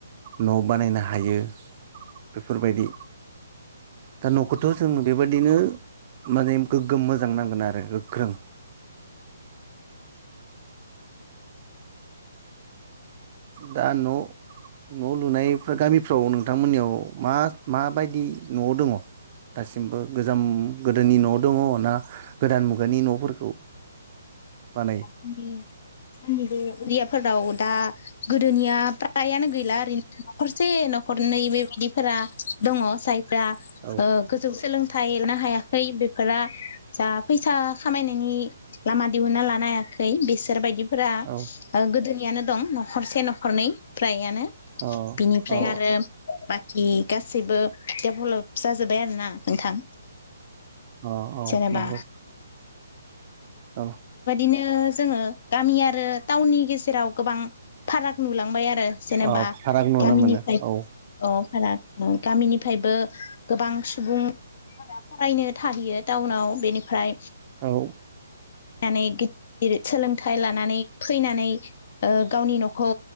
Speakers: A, on the right (about 35°); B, on the left (about 50°).
A: न' बानायनो हायो। बेफोरबायदि। दा न'खौथ' जों बेबायदिनो। माने गोग्गोम मोजां नांगोन आरो गोख्रों। दा न'-न' लुनाय गामिफ्राव नोंथांमोननियाव मा माबायदि न' दङ दासिमबो गोजाम गोदोनि न' दङ ना गोदान मुगानि न'फोरखौ। बानायो
B: जोंनि बे उरियाफोराव दा। गोदोनिया फ्रायानो गैला ओरैनो न'खरसे न'खरनै बेबायदिफोरा दङ जाय फोरा
A: औ
B: ओ गोजौ सोलों थाय लानो हायाखै बेफोर जा फैसा खामायनायनि लामा दिहुना लानो नायाखै बिसोरबायदि फोरा
A: औ
B: ओ गोदोनि। यानो दं न'खरसे न'खरनै फ्राइआनो।
A: औ
B: बिनिफ्राय
A: औ
B: आरो बां सिन गासैबो डेभेलप जाजोब्बाय आरो ना नोंथां।
A: औ-औ
B: जेनेबा
A: नंगौ औ।
B: बिदिनो जोङो गामि आरो टाउननि गेजेराव गोबां फाराग नुलांबाय आरो। <unintelligible> जेनेबा
A: औ फाराग नुनो
B: गामिनिफ्राय
A: मोनो औ
B: औ सारा। ओम गामिनिफ्रायबो गोबां सुबुंफोरा फरायनो थाहैयो टाउनाव बेनिफ्राय।
A: औ।
B: <unintelligible> गिदिर-गिदिर सोलोंथाइ लानानै फैनानै ओ गावनि न'खौ